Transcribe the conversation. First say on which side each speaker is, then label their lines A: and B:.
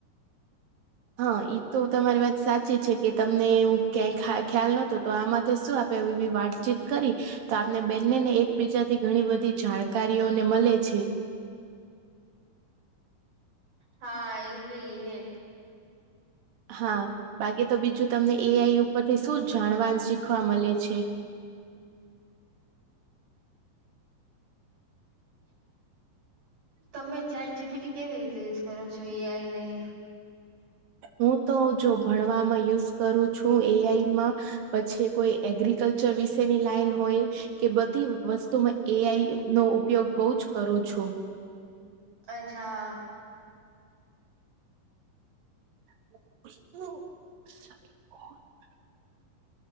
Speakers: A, on the right; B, on the right.
A: હા તો તમારી વાત સાચી છે કે તમને એવું ક્યાંય ખ્યાલ નહતો તો આમાં શું આપ. બી વાતચીત કરી. તો આપને બેનને ને એકબીજાથી ઘણી બધી જાણકારીઓને મળે છે. <unintelligible>
B: હા એવુંભી હે.
A: હા બાકી તો બીજું તમને એ આઈ ઉપરથી શું જાણવાન શીખવા મળે છે.
B: તમે ચાર જીબી ટ. કેવી રીતે યુઝ કરો છો એયાય નહીં.
A: હું તો જો ભણવામાં યુઝ કરું છું એઆઈમાં. પછી કોઈ એગ્રીિકલ્ચર વિશેની લાઈન હોય કે બધી વસ્તુમાં. એ આઈ નો ઉપયોગ બહુજ કરું છું.
B: અચ્છા.
A: <inaudible>